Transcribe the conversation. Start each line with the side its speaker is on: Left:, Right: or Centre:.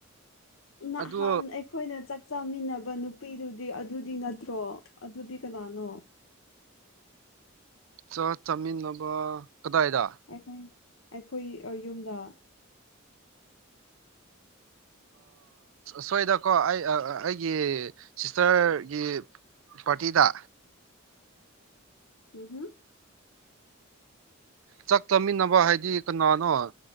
Left: ꯅꯍꯥꯟ
Right: ꯑꯗꯨ
Left: ꯑꯩ ꯑꯩꯈꯣꯏꯅ ꯆꯥꯛ ꯆꯃꯤꯟꯅꯕ ꯅꯨꯄꯤꯗꯨꯗꯤ ꯑꯗꯨꯗꯤ ꯅꯠꯇ꯭ꯔꯣ ꯑꯗꯨꯗꯤ ꯀꯅꯥꯅꯣ
Right: ꯆꯥꯛ ꯆꯥꯃꯤꯟꯅꯕ ꯀꯗꯥꯏꯗ
Left: ꯑꯩꯈꯣꯏ ꯑꯩꯈꯣꯏ ꯌꯨꯝꯗ
Right: ꯁꯣꯏꯗꯀꯣ ꯑꯩ ꯑꯩꯒꯤ ꯁꯤꯁꯇꯔꯒꯤ ꯄꯥꯇꯤꯗ
Left: ꯎꯝ ꯍꯨꯝ
Right: ꯆꯥꯛ ꯆꯃꯤꯟꯅꯕ ꯍꯥꯏꯗꯤ ꯀꯅꯥꯅꯣ